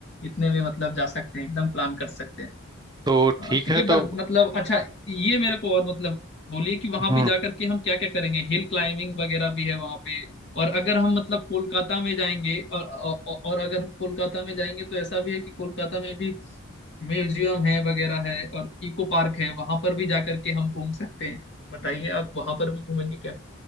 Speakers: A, on the left; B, on the right.
A: इतने में मतलब जा सकते हैं एकदम प्लान कर सकते हैं
B: तो
A: हाँ
B: ठीक
A: तो
B: है
A: ये बात
B: तो
A: मतलब अच्छा ये मेरे को और मतलब बोलिए कि वहां
B: हम्म
A: पे जाकर के हम क्या क्या करेंगे हिल क्लाइंबिंग वगैरह भी है वहां पे और अगर हम मतलब कोलकाता में जाएंगे और, और और अगर हम कोलकाता में जाएंगे तो ऐसा भी है कि कोलकाता में भी म्यूजियम है वगैरह है और इको पार्क है वहां पर भी जाकर के हम घूम सकते हैं बताइए आप वहां पर भी घूमेंगे क्या